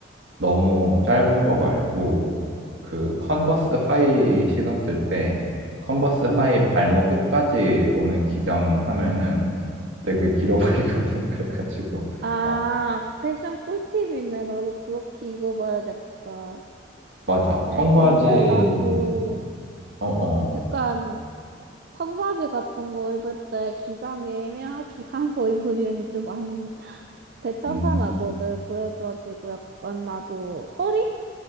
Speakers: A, on the right (about 75°); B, on the right (about 55°).
A: 너무 짧은 거 말고 그 컨버스 하이 신었을 때 컨버스 하이
B: 응.
A: 발목 끝까지 오는 기장 하면은 되게 길어 보이거든. <laughs> 그래가지고.
B: 아,
A: 아,
B: 패션 꿀팁이네. 나도 그렇게 입어봐야겠다.
A: 맞아.
B: 아이,
A: 청바지,
B: 근데 나도
A: 어, 어.
B: 약간 청바지 같은 거 입을 때 기장이 애매하게 <laughs> 한 거 입으면 좀 안, 대참사나거든.
A: 음,
B: 그래가지고 약간 나도 허리?